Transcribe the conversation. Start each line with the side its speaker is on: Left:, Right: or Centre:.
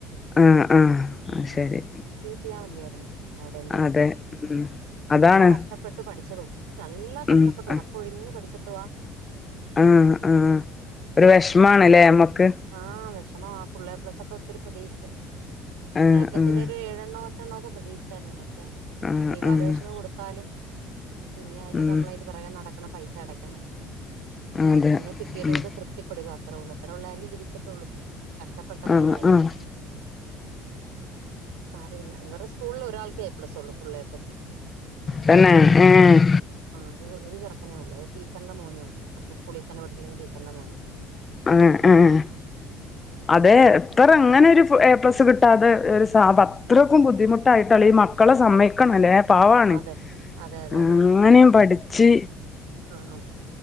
Left: ആഹ് ആഹ് ആ ശരി.
Right: ട്ടിയാ മതിയാരിന്നു. എവിടെയങ്കിലും
Left: അതെ ഉം
Right: നല്ല
Left: അതാണ്
Right: കഷ്ടപ്പെട്ട് പഠിച്ചത് ഒ നല്ല കഷ്ടപ്പെട്ട്
Left: ഉം
Right: ഉറ
Left: ആഹ്
Right: ക്കൊഴിഞ്ഞു പഠിച്ചിട്ടുവാ
Left: ആഹ് ആഹ് ഒരു വിഷമാണ്ല്ലേ മ്മക്ക്
Right: ആഹ് വെഷമവ ആ ഫുള്ള് എ പ്ലസ് ഒക്കെ ഒത്തിരി പ്രതീക്ഷിച്ചേ
Left: ആഹ്
Right: പ്ലസില്
Left: ആഹ്
Right: ഒരു ഏഴെണ്ണോ പട്ടേണ്ണോ ക്കെ പ്രതീക്ഷിച്ചായിരുന്നു പക്ഷെ
Left: ആഹ്
Right: റീവാലുവേഷന്
Left: ആഹ്
Right: കൊടുത്താലും പിന്നെ അതിന് ഒക്കെ
Left: ഉം
Right: നമ്മള് പൊറകെ നടക്കണം പൈസ അടയ്ക്കണം
Left: അതെ
Right: പിന്നെ കിട്ടിയത്
Left: ഉം
Right: കൊണ്ട് തൃ പ്ത്തിപ്പെടുക അത്ര ഒള്ള് അത്ര ഒള്ള് ആയിരിക്കും വിധിച്ചിട്ട് ഒള്ളൂ കഷ്ടപ്പെട്ടല്ലോ
Left: ആഹ്
Right: എന്തായാലും
Left: ആഹ് ആഹ്
Right: സാരവില്ല ഇവറടെ സ്കൂളിൽ ഒരാൾക്കേ എ പ്ലസ് ഒള്ളൂ ഫുള്ള് എ പ്ലസ്
Left: തന്നെ ഏഹ്
Right: ആഹ് ഒരു ഒര് ചെറക്കനേ ഒള്ളൂ അത് ടീച്ചറിന്റെ മോനോ അവറടെ സ്കൂളിൽ തന്നെ പഠിപ്പിക്കുന്ന ടിച്ചറിന്റെ മോന്
Left: ആഹ് ആഹ് അതെ എത്ര അങ്ങനെ ഒരു ഫ് എ പ്ലസ് കിട്ടാതെ ഒരു സ അം അത്രക്കും ബുദ്ധി ആയിട്ടുള്ള ഈ മക്കളെ സമ്മക്കണല്ലേ പവാണ്
Right: അതെ അതെ അതെ
Left: ഉം അങ്ങനെയും പഠിച്ച്
Right: ആഹ് ആഹ്